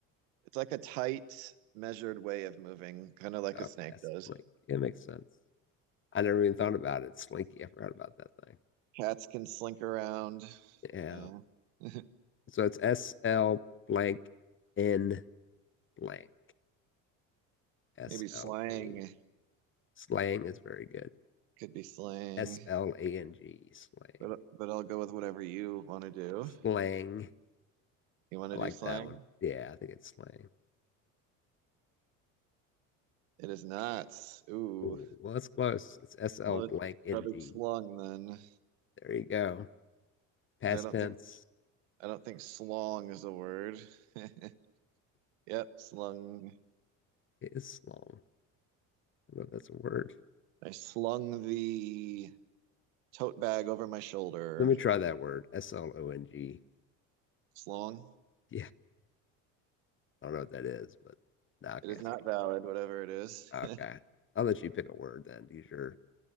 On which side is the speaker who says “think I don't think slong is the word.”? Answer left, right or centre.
Right